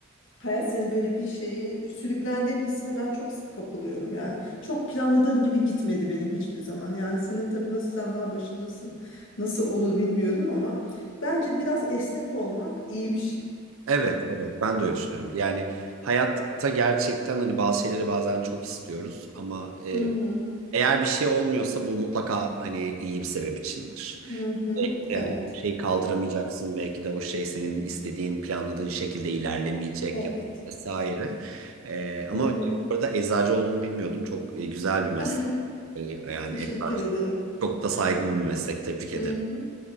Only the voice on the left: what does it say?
Hayat seni böyle bir şeye sürüklendiğim hissine ben çok sık kapılıyorum yani. Çok planladığım gibi gitmedi benim hiçbir zaman. Yani senin tabii nasıl sen daha başındasın. Nasıl olur bilmiyorum ama bence biraz esnek olmak iyi bir şey.
Hı hı.
Hı hı.
Evet.
Evet.
Hı hı.
<laughs>
Teşekkür
ederim.
Hı hı.